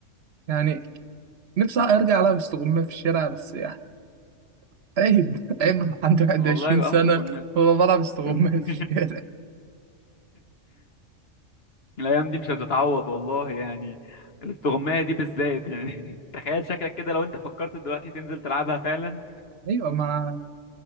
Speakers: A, on the right; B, on the left.
A: يعني نفسي ارجع العب استغماية في الشارع بس يعني عيب <laughs> عيب أبقى عندي 21
B: والله
A: سنة
B: اه كنا
A: هو بلعب استغماية
B: <laughs>
A: في الشارع
B: الايام دي مش هتتعوض والله يعني الاستغماية دي بالذات يعني <laughs> تخيل شكلك كده لو انت فكرت دلوقتي تنزل تلعبها فعلا
A: ايوه مع